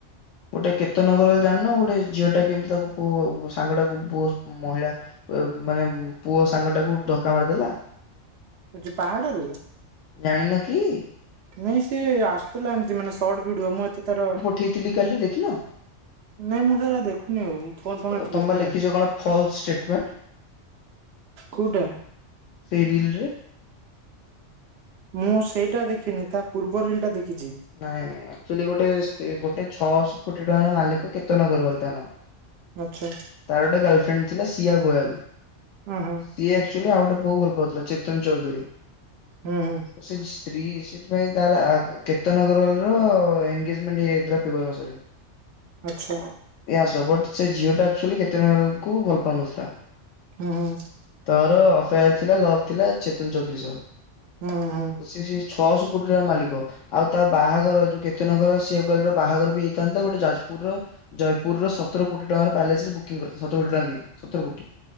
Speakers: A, on the left (about 80°); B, on the right (about 65°).
A: ଗୋଟେ କେତନଗର ହେଲେ ଜାଣିନ ଗୋଟେ ଝିଅଟା କେମିତି ତାକୁ ପୁଅ ସାଙ୍ଗଟାକୁ ପୁଅ ମହିଳା ମାନେ ପୁଅ ସାଙ୍ଗ ଟାକୁ ଧକ୍କା ମାରିଦେଲା।
B: ଯୋଉ ପାହାଡ଼ରୁୁ।
A: ଜାଣିନ କି?
B: ନାଇଁ ସିଏ ଆସୁଥିଲା ଏମିତି ମାନେ ସର୍ଟ ଭିଡିଓ ମୁଁ ଏତେ ତାର
A: ଠେଇଥିଲି କାଲି ଦେଖିନ?
B: ନାଇଁ ମୁଁ ସେରା ଦେଖୁନି ଆଉ ଫୋନ୍ ଫୋନ୍ ଏତେ
A: ତମେ
B: ଦେଖିନି
A: ବା ଲେଖିଛ
B: ଆଉ।
A: କଣ ଫଲସ ଷ୍ଟେଟମେଣ୍ଟ
B: କୋଉଟା?
A: ସେଇ ରିିଲ୍ରେ।
B: ମୁଁ ସେଇଟା ଦେଖିନି ତା ପୂର୍ବ ରିଲ୍ ଟା ଦେଖିଛି।
A: ନାଇଁ ନାଇଁ ଆକ୍ଚୁଆଲି ଗୋଟେ ଗୋଟେ ଛଅଶହ କୋଟି ଟଙ୍କାର ମାଲିକ କେତେନ ଗରୱାଲ୍ ତା ନା
B: ଆଚ୍ଛା।
A: ତାର ଗୋଟେ ଗାର୍ଲଫ୍ରେଣ୍ଡ ଥିଲା ସିଆ ଗୋୟାଲ୍।
B: ଉ ହୁଁ
A: ସିଏ ଆକଚୁଆଲି ଆଉ ଗୋଟେ ପୁଅ କୁ ଭଲ ପାଉଥିଲା ଚେତନ୍ ଚୌଧୁରୀ।
B: ହୁଁ ହୁଁ।
A: ତ ସେ ସ୍ତ୍ରୀ ସେଥିପାଇଁ ତାର କେତନ୍ ଅଗ୍ରୱାଲ ର ପ ଏନ୍ଗେଜମେଣ୍ଟ ହେଇଯାଇଥିଲା ଫେବୃଆରୀ ମାସରେ।
B: ଆଚ୍ଛା
A: ଏଇଆ ବଟ୍ ସେ ଝିଅଟା ଆକ୍ଚୁଆଲି କେତନ୍ ଅଗ୍ରୱାଲ କୁ ଭଲ ପାଉନଥିଲା।
B: ହୁଁ ହୁଁ
A: ତାର ଅଫେୟାର ଥିଲା ଲଭ୍ ଥିଲା ଚେତନ୍ ଚୌଧୁରୀ ସହ।
B: ହୁଁ ହୁଁ ହୁଁ।
A: ସେ ଛଅଶହ କୋଟି ର ମାଲିକ। ଆଉ ତା ବାହାଘର ଯୋଉ କେତନ୍ ଅଗ୍ରୱାଲ ସିଆ ଅଗ୍ରୱାଲ ବାହାଘର ବି ହେଇଥାନ୍ତା ଗୋଟେ ଯାଜପୁରର ଜୟପୁର ର ସତର କୋଟି ଟଙ୍କାର ପ୍ୟାଲେସ ରେ ବୁକିଂ କରି ସତର କୋଟି ଟଙ୍କା ଦେଇକି ସତର କୋଟି।